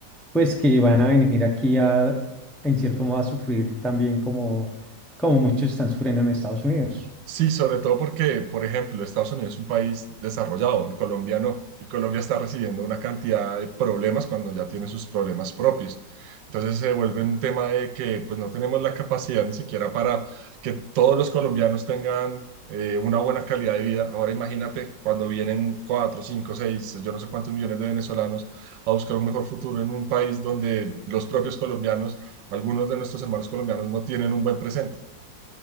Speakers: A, in the centre; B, on the right.
A: pues que van a venir aquí a, en cierto modo, a sufrir también como, como muchos están sufriendo en Estados Unidos.
B: Sí, sobre todo porque, por ejemplo, Estados Unidos es un país desarrollado, Colombia no, y Colombia está recibiendo una cantidad de problemas cuando ya tiene sus problemas propios. Entonces se vuelve un tema de que pues no tenemos la capacidad ni siquiera para que todos los colombianos tengan eh, una buena calidad de vida. Ahora imagínate cuando vienen cuatro, cinco, seis, yo no sé cuántos millones de venezolanos a buscar un mejor futuro en un país donde los propios colombianos, algunos de nuestros hermanos colombianos no tienen un buen presente.